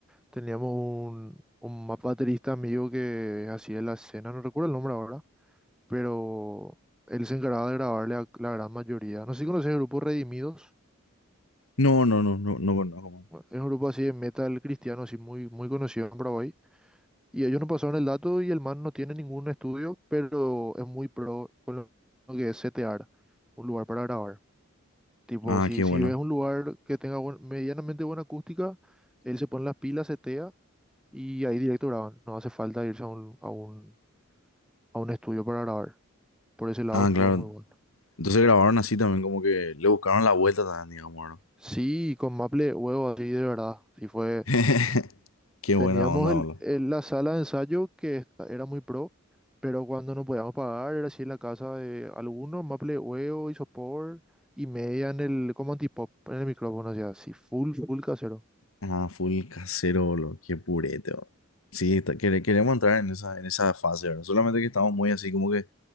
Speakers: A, in the centre; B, on the left (about 80°).
A: Teníamos un, un ma- baterista amigo que hacía la escena, no recuerdo el nombre ahora, pero él se encargaba de grabarle a la gran mayoría. No sé si conoces el grupo Redimidos,
B: No, no, no, no, no conozco. man.
A: bueno, es un grupo así de metal cristiano, así muy, muy conocido en Paraguay. Y ellos nos pasaron el dato y el man no tiene ningún estudio, pero es muy pro con lo lo que es setear un lugar para grabar. Tipo,
B: Ah,
A: si,
B: qué
A: si
B: bueno.
A: ves un lugar que tenga buen- medianamente buena acústica, él se pone las pilas, setea y ahí directo graban. No hace falta irse a un, a un, a un estudio para grabar. Por ese lado
B: Ah,
A: estuvo
B: claro.
A: muy bueno.
B: Entonces grabaron así también, como que le buscaron la vuelta también, digamos, ¿no?
A: Sí, con Maple huevo así de verdad. Sí fue.
B: <laughs> Qué
A: Teníamos
B: buena onda,
A: el,
B: boludo.
A: el- la sala de ensayo que esta- era muy pro, pero cuando nos podíamos pagar era así en la casa de algunos, Maple Huevo, Isopor y media en el, como antipop, en el micrófono, o sea, así, full, full casero.
B: Ah, full casero, boludo. Qué purete, boludo. Sí, está- quere- queremos entrar en esa, en esa fase, ¿verdad? Solamente que estamos muy así como que